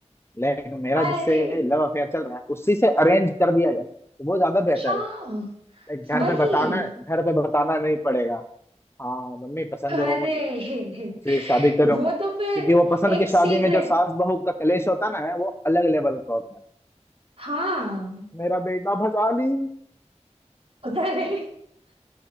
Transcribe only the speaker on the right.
अरे
हाँ
वही
अरे
<laughs>
वो तो फिर
एक
सीक्रेट
हाँ
अरे